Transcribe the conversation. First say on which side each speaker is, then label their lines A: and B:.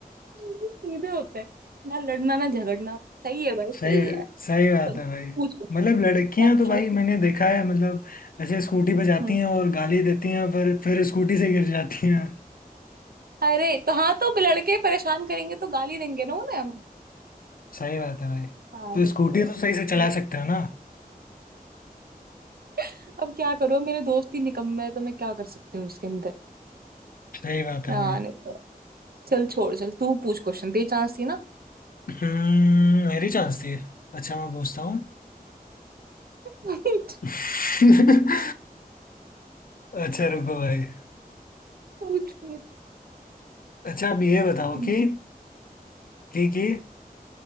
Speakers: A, on the right (about 75°); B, on the left (about 65°).
A: सीधे होते हैं ना लड़ना ना झगड़ना सही है भाई
B: सही
A: सही है
B: सही बात
A: चल
B: है भाई
A: पूछ क्वेश्चन
B: मतलब
A: क्या
B: लड़कियां
A: पूछा
B: तो भाई
A: था?
B: मैंने देखा है मतलब ऐसे स्कूटी पे जाती
A: हम्म
B: हैं और गाली देती हैं फिर फिर स्कूटी से गिर जाती हैं
A: अरे तो हाँ तो लड़के परेशान करेंगे तो गाली देंगे ना उन्हें हम
B: सही बात है भाई
A: हाँ
B: तो
A: नहीं
B: स्कूटी
A: तो-
B: तो सही से चला सकते हो ना
A: <laughs> अब क्या करूँ मेरे दोस्त ही निकम्मे है तो मैं क्या कर सकती हूँ इसके अंदर
B: सही बात है
A: हाँ
B: भाई
A: नहीं तो चल छोड़ चल तू पूछ क्वेश्चन तेरी चांस थी ना
B: हम्म मेरी चांस थी अच्छा मैं पूछता हूँ
A: पूछ
B: <laughs> अच्छा रुको भाई
A: पूछ पूछ
B: अच्छा अब ये बताओ
A: हम्म
B: कि कि कि